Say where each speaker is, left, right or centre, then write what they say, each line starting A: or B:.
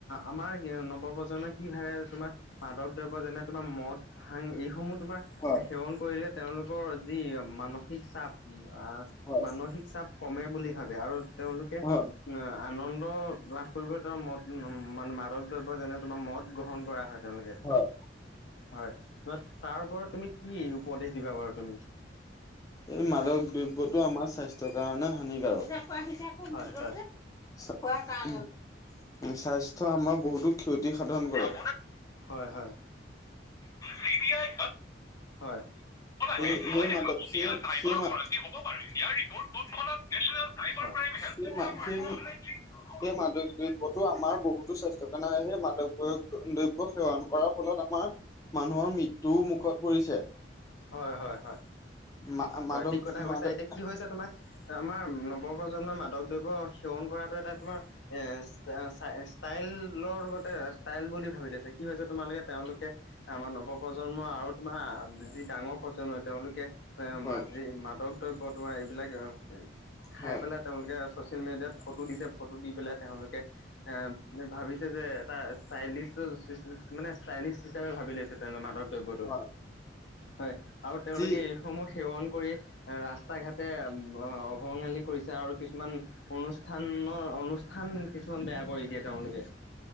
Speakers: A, on the left (about 75°); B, on the left (about 20°).
A: আমাৰ নৱপ্ৰজন্মই কি ভাবে তোমাৰ মাদক দ্ৰব্য যেনে-তোমাৰ মদ, ভাং, এইসমূহ তোমাৰ
B: হয়
A: সেৱন কৰিলে তেওঁলোকৰ যি মানসিক চাপ
B: হয়।
A: মানসিক চাপ কমে বুলি ভাবে আৰু তেওঁলোকে
B: হয়
A: আনন্দ লাভ কৰিব তেওঁ মত উম, মানে মাদক দ্ৰব্য যেনে, তোমাৰ মদ গ্ৰহণ কৰা হয় তেওঁলোকে
B: হয়
A: হয়। তোমাৰ তাৰ ওপৰত তুমি কি উপদেশ দিবা বাৰু তুমি?
B: এই মাদক দ্ৰব্যটো আমাৰ স্বাস্থ্যৰ কাৰণে হানিকাৰক। <unintelligible>
A: হয় হয়
B: স্বাস্থ্যৰ আমাৰ বহুতো ক্ষতি সাধন কৰে।
A: হয় হয়।
B: চি বি আই
A: হয়।
B: <unintelligible>
A: কোৱাচোন
B: ইয়াৰ ৰিপৰ্ট টতখনাত নেশ্যনেল চাইবাৰ
A: হয়
B: ক্ৰাইম হেল্প সেই মাদক দ্ৰব্যতো আমাৰ বহুতো স্বাস্থ্য কাৰনে সেই মাদক দ্ৰব্য সেৱন কৰাৰ ফলত আমাৰ মানুহৰ মৃত্যুও মুখত পৰিছে।
A: হয় হয় হয়
B: মা- মাদক
A: হয় ঠিক কথা কৈছা
B: মাদক
A: এতিয়া কি হৈছে তোমাৰ? আমাৰ নৱপ্ৰজন্মই মাদক দ্ৰব্য সেৱন কৰাটো এটা তোমাৰ এ ষ্টাইলৰ লগতে ষ্টাইল বুলি ভাবি লৈছে কি হৈছে তোমালোকে তেওঁলোকে আমাৰ নৱপ্ৰজন্মই আৰু তোমাৰ যি ডাঙৰ প্ৰজন্ম তেওঁলোকে এ
B: হয়
A: ম যি মাদক দ্ৰব্য তোমাৰ এইবিলাক খাই
B: হয়
A: পেলাই তেওঁলোকে ছ'চিয়েল মিডিয়াত ফটো দিছে, ফটো দি পেলাই তেওঁলোকে এ ভাবিছে যে এটা ষ্টাইলিছ মানে ষ্টাইলিছ হিচাপে ভাবি লৈছে। তে মাদক দ্ৰব্যটো
B: হয়
A: হয় আৰু তেওঁলোকে
B: যি
A: এইসমূহ সেৱন কৰি এ ৰাস্তা ঘাটে অভঙালী কৰিছে আৰু কিছুমান অনুষ্ঠানৰ অনুষ্ঠান কিছুমান বেয়া কৰি দিয়ে তেওঁলোকে।